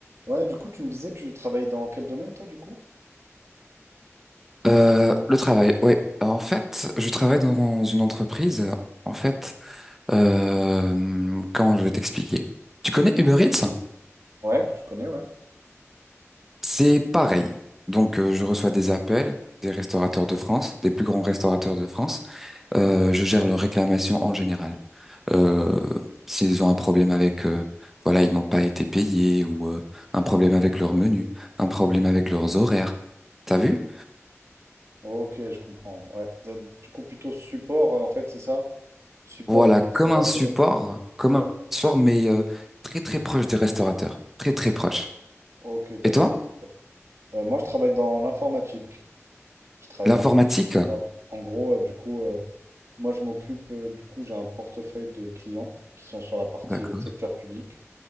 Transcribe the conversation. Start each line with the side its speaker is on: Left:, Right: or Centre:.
Right: Ouais, du coup, tu me disais, tu travailles dans quel domaine, toi, du coup?
Centre: Euh, le travail, ouais. En fait, je travaille dans une entreprise. En fait, euh, comment je vais t'expliquer? Tu connais Uber Eats?
Right: Ouais, je connais, ouais.
Centre: C'est pareil. Donc, euh, je reçois des appels des restaurateurs de France, des plus grands restaurateurs de France. Euh, je gère leurs réclamations en général. Euh, s'ils ont un problème avec, euh, voilà, ils n'ont pas été payés ou euh, un problème avec leur menu, un problème avec leurs horaires. T'as vu?
Right: Ok, je comprends. Ouais, de- du coup, plutôt support, euh, en fait, c'est ça? Support
Centre: Voilà,
Right: des
Centre: comme
Right: restaurateurs.
Centre: un support,
Right: tu vois.
Centre: comme un
Right: D'accord.
Centre: support, mais euh, très très proche des restaurateurs, très très proche.
Right: Ok, d'accord.
Centre: Et toi,
Right: Euh, moi, je travaille dans l'informatique. Je travaille
Centre: l'informatique?
Right: dans l'informatique. Ouais. En gros, euh, du coup, euh, moi, je m'occupe, euh, du coup, j'ai un portefeuille de clients qui sont sur la partie
Centre: D'accord,
Right: euh, secteur public.